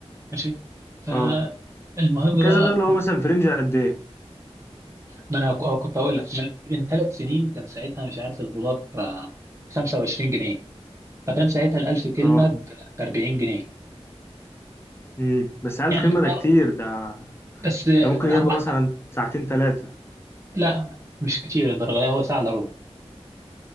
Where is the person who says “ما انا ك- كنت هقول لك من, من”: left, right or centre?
Right